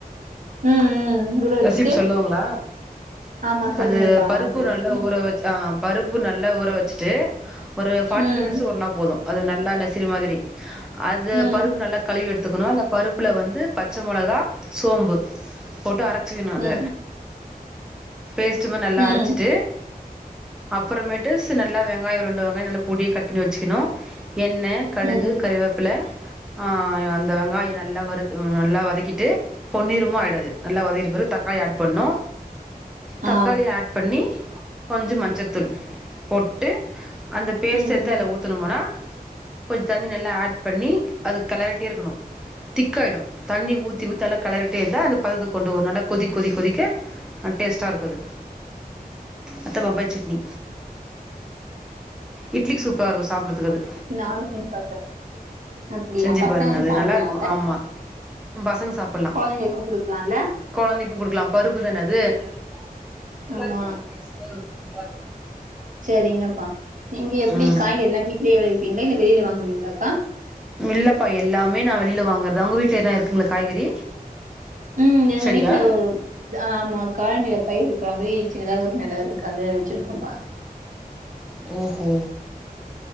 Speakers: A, on the right; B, in the centre.
A: ம் ம் வச்சுட்டு
B: ரெசிபி சொல்லுவாங்களா
A: ஆமா சொல்லுங்கக்கா
B: அது பருப்பு
A: நானு தெரிஞ்சுக்கிறே
B: நல்ல ஊற வெச்சு ஆ பருப்பு நல்லா ஊற வெச்சுட்டு ஒரு ஃபார்டி
A: ம்
B: ஃபைவ் மினிட்ஸ் ஊற்னா போது அது நல்லா நெசிரி மாதிரி அது
A: ம்
B: பருப்பு நல்லா கழுவி எடுத் க்கணு அந்த பருப்புல வந்து பச்ச மொளகா சோம்பு போட்டு அரைச் சுக்கணு அத
A: ம்
B: பேஸ்ட்டு மார் நல்லா
A: ம்
B: அரைச்சிட்டு அப்பறமேட்டு சு நல்லா வெங்காய ரெண்டு வெங்காய நல்லா பொடியா கட் பண்ணி வெச்சுக்கணு எண்ணெ கடுகு
A: ம்
B: கறிவேப்பில்ல ஆ அந்த வெங்காய நல்லா வறுத் ம் நல்லா வதக்கிட்டு பொன்னிறமா ஆயிடு அது நல்லா வதக்கிட்ருக் கும் போது தக்காளி ஆட் பண்ணு தக்காளி
A: ஆ
B: ஆட் பண்ணி கொஞ்ச மஞ்சத்தூள் போட்டு அந்த பேஸ்ட்ட
A: ம்
B: எட்த்து
A: ம்
B: அதுல ஊத்துனமுனா கொஞ்ச தண்ணி நல்லா ஆட் பண்ணி அது கெளறிட்டே இருக்கணு திக்காயிடு தண்ணி ஊத்தி ஊத்தி நல்ல கெளறிட்டே இருந்தா அது பதத்துக்கு கொண்டு வரு‌ நல்லா கொதிக் கொதிக் கொதிக்க அ டேஸ்ட்டா இருக்கு அது அதா பம்பாய் சட்னி இட்லிக்கு சூப்பரா இருக்கு சாப்புட்றத்துக்கு அது
A: இனி நானு செஞ்சு பாக்குறே அப்டியா
B: செஞ்சு
A: பசங்களுக்கு
B: பாருங்க அது
A: சாப்டலால்ல
B: நல்லா இருக்கு ஆமா ம் பசங்க சாப்
A: கொழந்தைங்களுக்கு குடுக்கலால்ல
B: கொழந்தைக்கு குடுக்கலா பருப்பு தானே அது நைட்டா நல்லாருக்கு
A: ஆமா
B: அது டேஸ்ட்டே டிஃப்ரெண்டா இருக்கு
A: சரிங்கப்பா நீங்க எப்படி
B: ம்
A: காய்கறி எல்லாம் வீட்லயே விளயவிப்பீங்களா இல்ல வெளியில வாங்குவீங்களாக்கா
B: இல்லப்பா எல்லாமே நான் வெளியில வாங்கறதா உங்க வீட்டுல எதா இருக்குங்களா காய்கறி
A: உம் எங்க
B: செடியா
A: வீட்டு்ல ஒ ஆஹ ஆமா கழினில பயிர் வைக்கிற மாரி சின்னதா ஒரு நிலம் இருக்கு அது வச்சிருக்கோ பா
B: ஓஹோ